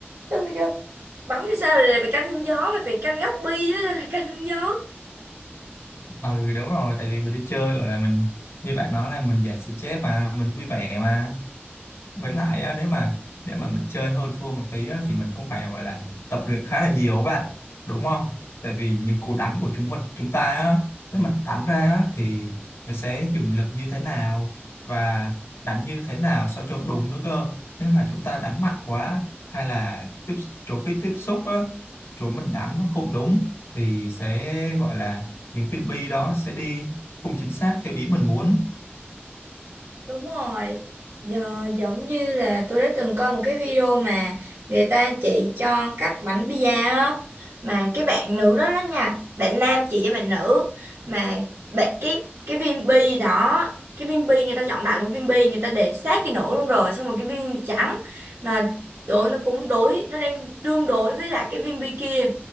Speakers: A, on the right; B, on the left.
A: xong tôi kêu bắn thì sao rồi lại phải canh hướng gió mày phải canh góc bi đó <laughs> canh hướng gió
B: ừ đúng rồi tại vì mình đi chơi gọi là mình như bạn nói là mình giải stress mà mình vui vẻ mà với lại á, nếu mà nếu mà mình chơi hơn thua một tí á, thì mình cũng phải gọi là tập luyện khá là nhiều các bạn đúng không tại vì những cú đánh của chúng mình chúng ta á, nếu mà đánh ra á, thì mình sẽ dùng lực như thế nào và đánh như thế nào sao cho đúng nữa cơ nếu mà chúng ta đánh mạnh quá hay là tiếp chỗ cái tiếp xúc á chỗ mình đánh nó không đúng thì sẽ gọi là những viên bi đó sẽ đi không chính xác theo ý mình muốn
A: Đúng rồi, giờ, giống như là tôi đã từng coi một cái video mà người ta chỉ cho cách bánh pizza á mà cái bạn nữ đó đó nha, bạn nam chỉ với bạn nữ mà bạn cái cái viên bi đó, cái viên bi người ta chọn đại một viên bi người ta để sát cái nổ luôn rồi xong rồi cái viên trắng là đối nó cũng đối nó đang tương đối với lại cái viên bi kia.